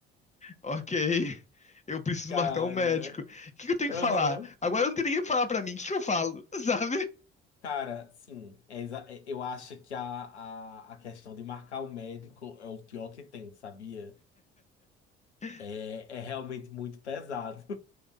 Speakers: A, on the left; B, on the left.
A: ok, eu preciso
B: Cara.
A: marcar um médico. O que que eu tenho
B: Aham.
A: que falar? Agora não tem ninguém pra falar pra mim, o que que eu falo, <laughs> sabe?
B: Cara, sim, é exa- é- eu acho que a, a, a questão de marcar o médico é o pior que tem, sabia?
A: <laughs>
B: É, é realmente muito pesado.